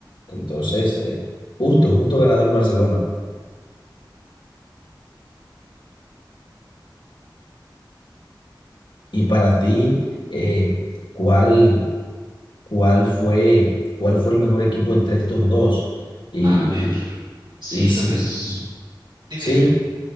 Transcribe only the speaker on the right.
A ver, sí,
lo que es... Dime,
dime.